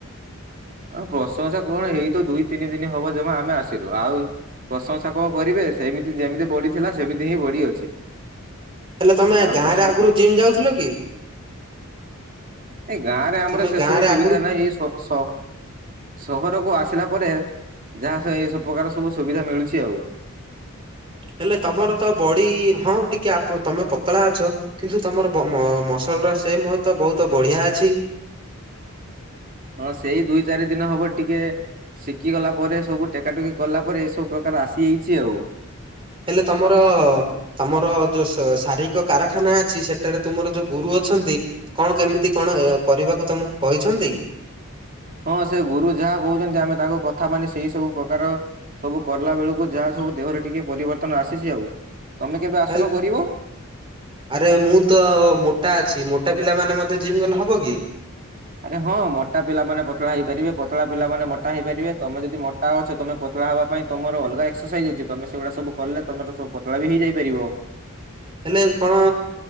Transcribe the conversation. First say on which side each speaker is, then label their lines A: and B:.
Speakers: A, on the right (about 40°); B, on the right (about 25°).
A: ଆ ପ୍ରଶଂସା କଣ ଏଇତ ଦୁଇ ତିନି ଦିନ ହବ ଜମା ଆମେ ଆସିଲୁ ଆଉ ପ୍ରଶଂସା କଣ କରିବେ ସେମିତି ଯେମିତି ବଡି ଥିଲା ସେମିତି ହିଁ ବଡି ଅଛି।
B: ହେଲେ ତମେ
A: ଆଉ
B: ଗାଁ
A: ପ୍ରଶ
B: ରେ ଆଗରୁ ଜିମ୍ ଯାଉଥିଲ କି?
A: ଏ ଗାଁ ରେ ଆମର
B: ତୁମେ
A: ସେ
B: ଗାଁରେ
A: ସବୁ ସୁବିଧା
B: ଆଗରୁ
A: ନାହିଁ ଏଇ ଶ୍ ସ ସହରକୁ ଆସିଲା ପରେ ଯାହା ସ ଏ ସବୁ ପ୍ରକାର ସବୁ ସୁବିଧା ମିଳୁଛି ଆଉ।
B: ହେଲେ ତମର ତ ବଡି ହଁ ଟିକେ ଆପ୍ ତମେ ପତଳା ଅଛ। କିନ୍ତୁ ତମର ବ ମ ମସଲ ର ସେମ ହତ ବହୁତ ବଢିଆ ଅଛି।
A: ହଁ ସେଇ ଦୁଇ ଚାରି ଦିନ ହବ ଟିକେ ଶିଖି ଗଲା ପରେ ସବୁ ଟେକା ଟେକି କଲା ପରେ ସବୁ ପ୍ରକାର ଆସିଯାଇଛି ଆଉ।
B: ହେଲେ ତମର ତମର ଯୁ ଶୁ ଶାରୀରିକ କାରଖାନା ଅଛି ସେଠାରେ ତୁମର ଯୋଉ ଗୁରୁ ଅଛନ୍ତି କଣ କେମିତି କଣ ଏ କରିବାକୁ ତମକୁ କହିଛନ୍ତି?
A: ହଁ ସେ ଗୁରୁ ଯାହା କହୁଛନ୍ତି ଆମେ ତାଙ୍କ କଥା ମାନେ ସେଇ ସବୁ ପ୍ରକାର ସବୁ କଲା ବେଳକୁ ଯାହା ସବୁ ଦେହରେ ଟିକେ ପରିବର୍ତ୍ତନ ଆସିଛି ଆଉ ତମେ କେବେ ଆସୁନ
B: ହେଲେ
A: କରିବ।
B: ଆରେ ମୁଁ ତ ମୋଟା ଅଛି ମୋଟା ପିଲା ମାନେ ମଧ୍ୟ ଜିମ୍ ଗଲେ ହବ କି?
A: ଆଜ୍ଞା ହଁ ମୋଟା ପିଲା ମାନେ ପତଳା ହେଇପାରିବେ ପତଳା ପିଲା ମାନେ ମୋଟ ହେଇପାରିବେ ତମେ ଯଦି ମୋ ମୋଟା ଅଛ ତମେ ପତଳା ହବା ପାଇଁ ତମର ଅଲଗା ଏକ୍ସରସାଇଜ ଅଛି ତମେ ସେଗୁଡା ସବୁ କଲେ ତମର ସବୁ ପତଳା ବି ହେଇଯାଇ ପାରିବ।
B: ହେଲେ କଣ